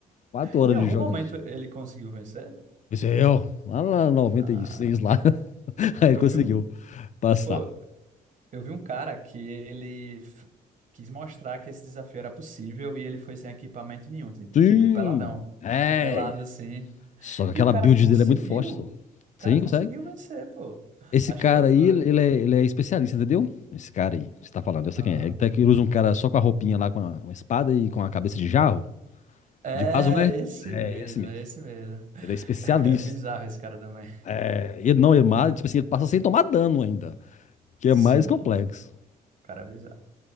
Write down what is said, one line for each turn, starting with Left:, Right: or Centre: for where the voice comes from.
Left: Quatro horas
Right: Em algum
Left: de jogatina.
Right: momento ele conseguiu vencer?
Left: Isso é eu. Lá na noventa
Right: Ah,
Left: e seis lá. <laughs> Aí ele
Right: eu
Left: conseguiu
Right: vi um.
Left: passar.
Right: pô, Eu vi um cara que ele f- quis mostrar que esse desafio era possível e ele foi sem equipamento nenhum, ti-
Left: Sim!
Right: tipo peladão,
Left: É!
Right: pelado assim.
Left: Só que aquela
Right: E o cara
Left: build
Right: conseguiu,
Left: dele é muito forte, só.
Right: o
Left: Sim,
Right: cara conseguiu
Left: consegue?
Right: vencer, pô.
Left: Esse
Right: Achei
Left: cara
Right: loucura.
Left: aí, ele é, ele é especialista, entendeu? Esse cara aí, que você tá falando, eu sei
Right: Aham.
Left: quem é. Ele, tá- que ele usa um cara só com a roupinha lá, com a, uma espada e com a cabeça de jarro,
Right: É
Left: de vaso, né?
Right: esse
Left: É,
Right: mesmo,
Left: esse mesmo.
Right: é esse mesmo. <laughs>
Left: Ele é especialista.
Right: É bizarro esse cara também.
Left: É, ele não, ele mata, tipo assim, ele passa sem tomar dano ainda, que
Right: Sim,
Left: é mais complexo.
Right: o cara é bizarro.